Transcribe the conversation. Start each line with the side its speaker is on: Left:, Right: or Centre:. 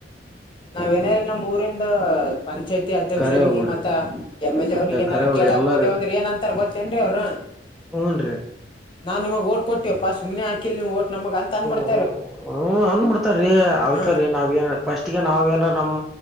Left: ನಾವೇನರೆ ನಮ್ಮೂರಿಂದಾ ಪಂಚಾಯಿತಿ ಅಧ್ಯಕ್ಷರಿಗೆ
Centre: ಕರೆವ್ ಬಿಡ್ರಿ
Left: ಮತ್ತ ಎಂ ಎಲ್ ಎ ಅವ್ರಿಗೆ ಏನಾರ
Centre: ಕರೆವ್ರಿ
Left: ಕೇಳಕ್
Centre: ಎಲ್ಲಾರ
Left: ಹೋದೇವ್ ಅಂದ್ರಿ ಏನ್ ಅಂತಾರ ಗೊತ್ತೇನ್ರೀ ಅವ್ರ.
Centre: ಹೂನ್ ರೀ.
Left: ನಾ ನಿಮಗ್ ಓಟ್ ಕೊಟ್ಟೀವಪ್ಪ ಸುಮ್ನೆ ಹಾಕಿಲ್ಲ್ ನೀವು ಓಟ್ ನಮಗ ಅಂತ ಅಂಬಿಡ್
Centre: ಹ್ಮ ಹ್ಮ್ ಅನ್ಬಿಡ್ತಾರೀ ಅದಕ
Left: ಹ
Centre: ರೀ ನಾವ್ ಏನ ಪಸ್ಟಿಗೆ ನಾವ್ ಏನಾರ ನಮ್ಮ್